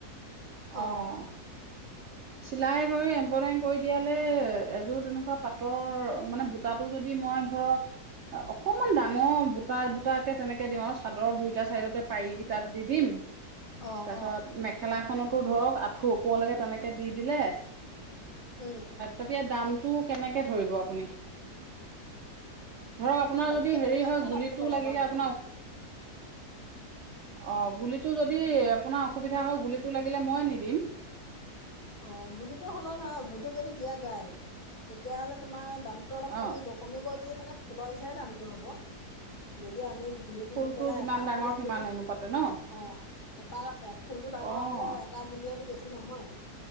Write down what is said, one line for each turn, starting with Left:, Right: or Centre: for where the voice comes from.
Right: অঁ
Left: অ
Right: চিলাই কৰি এমব্ৰইডাৰী কৰি দিয়ালে এযোৰ তেনেকুৱা পাতৰ মানে বুটাটো যদি মই ধৰক অকমান ডাঙৰ বুটা বুটাকে তেনেকে দিম আৰু চাদৰৰ দুইটা চাইডতে পাৰি কেইটাত দি দিম
Left: অ
Right: তাৰপিছত
Left: অ
Right: মেখেলা খনত ধৰক আঠু ওপৰলেকে তেনেকে দিদিলে অ
Left: উম
Right: তেতিয়া দাম টো কেনেকে ধৰিব আপুনি ধৰক আপোনাৰ
Left: দামটো
Right: যদি হেৰি হয় গুলিটো
Left: দামটো ল'ব
Right: লাগিলে
Left: পৰা যাব
Right: আপোনাৰ অ গুলিটো যদি আপোনাৰ অসুবিধা হৈ গুলীটো লাগিলে মইয়ে নিম
Left: অ গুলিটো হ'লে নহয় গুলিত তেতিয়াটো দিয়া জাই তেতিয়া হ'লে তোমাৰ দামটো অলপ কমিব
Right: অ',
Left: কমিব যদি মানে ফুলৰ হিচাপ দামটো হ'ব যদি আমি গুলিটো
Right: ফুলটো
Left: দি পেলাই
Right: যিমান
Left: এপাহ
Right: ডাঙৰ
Left: ফুলত
Right: সিমান
Left: যদি
Right: অনুপাতে ন
Left: অ এপাহ ফুলটো ডাঙৰ
Right: অ',
Left: হলে এটা গুলিয়ে বেছি নহয়।